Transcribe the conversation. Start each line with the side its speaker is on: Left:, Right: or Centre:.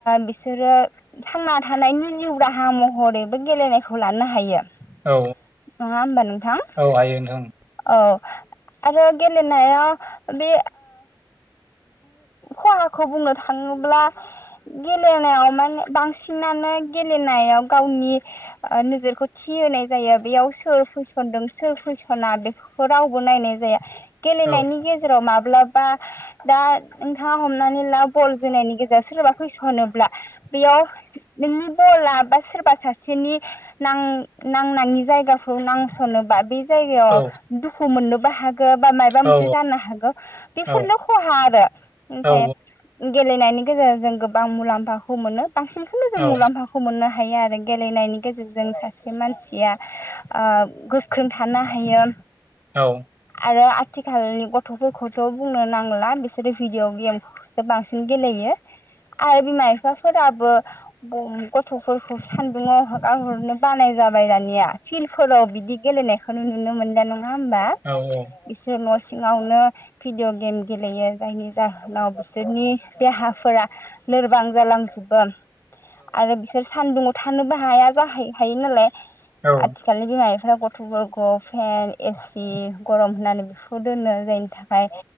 Left: बिसरो थांना थानायनि जिउ राहा महरैबो गेलेनायखौ लानो हायो। नङा
Right: औ
Left: होमबा नोंथां
Right: औ हायो नोंथां
Left: औ आरो गेलेनो होनाव बे खहाखौ बुंनो थाङोब्ला गेलेनायाव माने बांसिनानो गेलेनायाव गावनि नोजोरखौ थि होनाय जायो बेयाव सोर फैसनदों सोर फैसना बेफोर <unintelligible> रावबो नायनाय जाया। गेलेनायनि
Right: औ
Left: गेजेराव माब्लाबा दा नोंथाङा हमनानै ला बल जोनायनि गेजेराव सोरबा फैसनोब्ला बेयाव नोंनि बला बा सोरबा सासेनि नां- नांनाङि जायगाफोराव नांसनोबा बे जायगायाव
Right: औ
Left: दुखु मोननोबो हागो बा <unintelligible> माबख मोनसे
Right: औ
Left: जानो हागौ बेफोरनो
Right: औ
Left: खहा आरो ओमफ्राय
Right: औ
Left: गेलेनायनि गेजेरजों जों गोबां मुलाम्फाखौ मोनो। बांसिनखौनो जों मुलाम्फाखौ
Right: औ
Left: मोननो हायो आरो। गेलेनायनि गेजेरजों सासे मानसिया ओ गोख्रों थानो हायो।
Right: औ।
Left: आरो आथिखालनि गथ'फोरखौथ' बुंनो नांला बिसोरो भिडिअ' गेमखौसो बांसिन गेलेयो। आरो बिमा- बिफाफोराबो गथ'फोरखौ सान्दुङाव हगारहरनो बानाय जाबाय दानिया। फिल्डफोराव बिदि गेलेनायखौनो नुनो मोनला नङा होमबा?
Right: औ -औ।
Left: बिसोर न' सिङावनो भिडिअ' गेम गेलेयो। जायनि जाहोनाव बिसोरनि देहाफोरा लोरबां जालांजोबो आरो <unintelligible> बिसोर सान्दुुंआव थानोबो हाया जाहै हायो नालाय <unintelligible>
Right: औ
Left: आथिखालनि बिमा -बिफ्रा गथ'फोरखौ फेन, एसि गरम होननानै बिखौ दोननो जायनि थाखाय